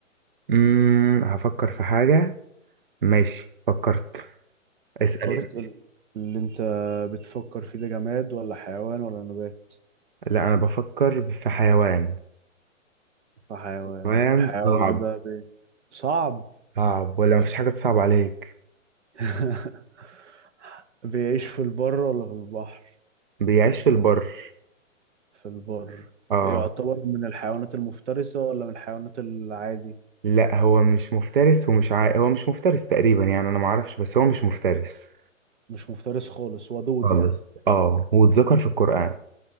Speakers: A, on the right; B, on the right.
A: امم هفكر في حاجة ماشي فكرت
B: فكرت
A: اسأل يعني.
B: ال- اللي انت بتفكر فيه ده جماد ولا حيوان ولا نبات
A: لا أنا بفكر في حيوان
B: فحيوان
A: حيوان
B: الحيوان
A: صعب
B: ده بي... صعب
A: صعب ولا مفيش حاجة تصعب عليك
B: <laughs> بيعيش في البر ولا في البحر
A: بيعيش في البر
B: في البر
A: اه
B: يعتبر من الحيوانات المفترسة ولا من الحيوانات العادي
A: لا هو مش مفترس ومش عا... هو مش مفترس تقريبا يعني أنا معرفش بس هو مش مفترس
B: مش مفترس خالص ودود
A: خالص
B: يعني
A: اه واتذكر في القرآن